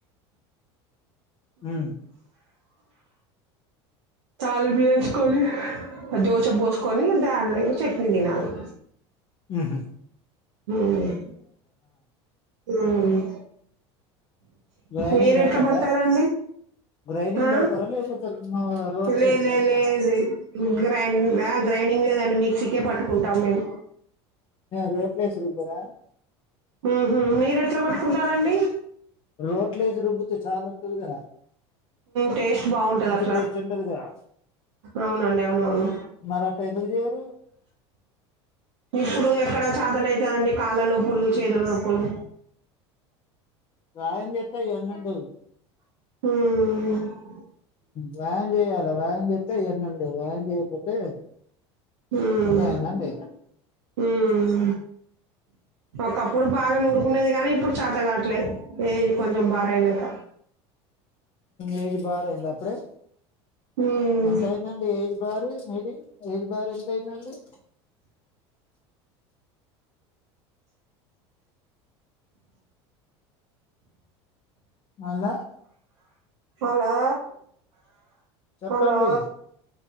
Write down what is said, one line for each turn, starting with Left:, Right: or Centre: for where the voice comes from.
Left: హ
Right: తాల బి వేసుకొని దోచ పోసుకొని దాని చట్నీ తినాలి
Left: ఉహుం
Right: ఉమ్ ఊమ్
Left: గ్రైండింగ్
Right: మీరు
Left: పట్టొద్దా
Right: ఎట్లా పడతారండి
Left: గ్రైండింగ్
Right: ఆ
Left: పడతారా లేకపోతే రోట్లు
Right: లే
Left: వేసి
Right: లే
Left: నేర్పుతారా
Right: లెజి గ్రైండ్ గ్రైండింగ్ లేదండి మిక్సీకే పట్టుకుంటాం మేము
Left: రోట్లేసిరుబ్బరా
Right: ఉహుమ్ మీరు ఎట్లా పట్టుకుంటారండి.
Left: రోట్లేసి రుబ్బుతే చాలా వత్తాది గా
Right: టేస్ట్ బాగుంటది అట్లా
Left: టేస్ట్ ఉంటది కదా
Right: అవునండి అవునవును
Left: మరి అట్ట ఎందుకు చేయరు
Right: ఇప్పుడు ఎక్కడ చతనైతదండి కాళ్ళ నొప్పులు చేతుల నొప్పులు
Left: వ్యాయామం చెత్తే ఇయన్నీ ఉండవు.
Right: హుమ్
Left: వ్యాయామం చేయలే వ్యాయామం చెత్తే ఇయన్నీ ఉండవు వ్యాయామం చేయపోతే
Right: ఉమ్
Left: అర్థమయ్యిదాండి
Right: ఉమ్ ఒకప్పుడు బాగా నూరుకునేది కాగానీ ఇప్పుడు చాత కాట్లే ఏజ్ కొంచెం బార్
Left: ఉమ్,
Right: అయినంక
Left: ఏజ్ బార్ అయ్యిందా అప్పుడే
Right: ఉమ్
Left: ఎంత అయిందండి ఏజ్ బార్ మీది ఏజ్ బార్ ఎదండి. మళ్ళా
Right: హలో
Left: చెప్పండి
Right: హలో